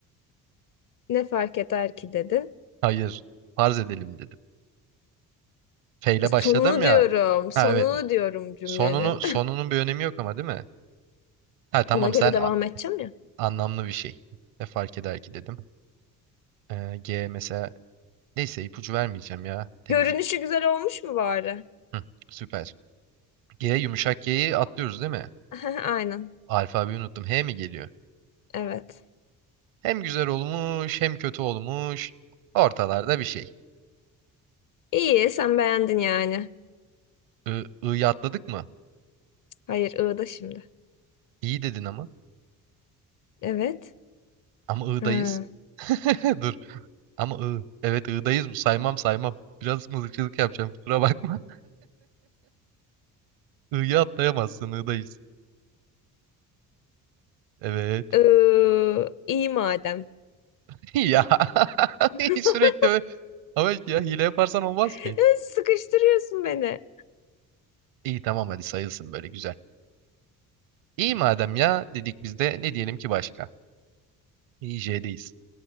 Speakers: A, on the left (about 45°); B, on the right (about 70°).
A: Ne fark eder ki dedin.
B: Hayır, farz edelim dedim. F ile başladım
A: Sonunu
B: ya.
A: diyorum. Sonunu
B: Ha evet.
A: diyorum cümlenin.
B: Sonunu sonunun bir önemi yok ama değil mi? Ha
A: <laughs>
B: tamam
A: Ona göre
B: sen
A: devam
B: a-
A: edeceğim ya.
B: anlamlı bir şey. Ne fark eder ki dedim. Ee, G mesela neyse ipucu vermeyeceğim ya. Temizlik.
A: Görünüşü güzel olmuş mu bari?
B: Hı, süper. G yumuşak G'yi atlıyoruz değil mi?
A: <laughs> Aynen.
B: Alfabeyi unuttum. H mi geliyor?
A: Evet.
B: Hem güzel olmuş hem kötü olmuş. Ortalarda bir şey.
A: İyi sen beğendin yani.
B: I, I'yı atladık mı?
A: Hayır ığda şimdi.
B: İyi dedin ama.
A: Evet.
B: Ama I'dayız.
A: Ha.
B: <laughs> Dur. Ama I. Evet I'dayız bu. Saymam saymam. Biraz mızıkçılık yapacağım kusura bakma. <laughs> I'yı atlayamazsın I'dayız. Evet.
A: Iı, iyi madem.
B: <laughs> Ya <laughs>
A: <laughs>
B: sürekli böyle. Ama işte ya hile yaparsan olmaz ki.
A: Ya, Sıkıştırıyorsun beni.
B: İyi tamam hadi sayılsın böyle güzel. İyi madem ya dedik biz de ne diyelim ki başka? İyi J'deyiz.